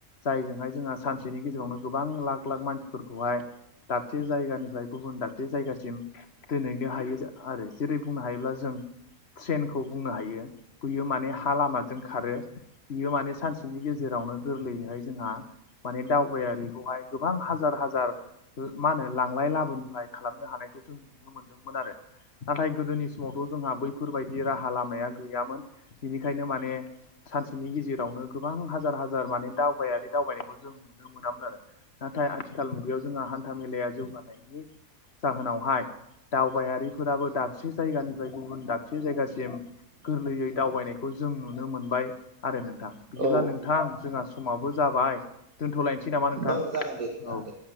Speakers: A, on the left (about 50°); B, on the right (about 75°).
A: जायजोंहाय जोंहा सानसेनि गेजेरावनो गोबां लाख लाख मानसिफोरखौहाय दाबसे जायगानिफ्राय गुबुन दाबसे जायगासिम दोनहैनो हायो आरो जेरै बुंनो हायोब्ला जों ट्रेनखौ बुंनो हायो बयो माने हा लामा जों खारो बियो माने सानसेनि गेजेरावनो गोरलैयैहाय जोंहा माने दावबायारिखौहाय गोबां हाजार हाजार ओ मा होनो लांलाय लाबोनलाय खालामनो हानायखौ जों नुनो मोनदोंमोन आरो नाथाय गोदोनि समावथ' जोंहा बैफोरबायदि राहा लामाया गैयामोन बिनिखायनो माने सानसेनि गेजेरावनो गोबां हाजार हाजार माने दावबायारि दावबायनायखौ जों नु नुनो मोनामोन आरो नाथाय आथिखाल मुगायाव जोंहा हान्था मेलाया जौगानायनि जाहोनावहाय दावबायारिफोराबो दाबसे जायगानिफ्राय गुबुन दाबसे जायगासिम गोरलैयै दावबायनायखौ जों नु मोनबाय आरो नोंथां बिदिब्ला
B: औ
A: नोंथां जोंहा समाबो जाबाय दोनथ'लायनोसै <unintelligible> नामा नोंथां
B: ओं जागोन
A: औ
B: दे नोंथां दे